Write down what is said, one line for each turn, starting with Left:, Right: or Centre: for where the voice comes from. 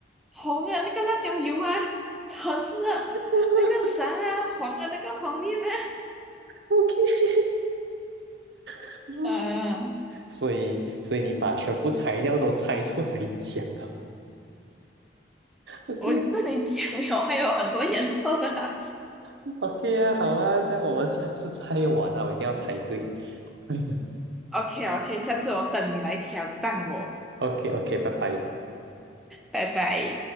Centre: 红的那个辣椒油啊、橙的那个啥啊、
Right: <laughs>
Centre: 黄的那个黄面呢、
Right: ，OK 啊，<laughs>
Centre: 啊。
Right: 所以所以你把全部材料都猜出来讲了，OK
Centre: 我这里讲有还有很多颜色的啊
Right: OK 啊，好啊，这样我们下次再玩啊，我一定要猜对。<laughs>
Centre: OK OK，下次我等你来挑战我，
Right: OK OK，拜拜。
Centre: 拜拜。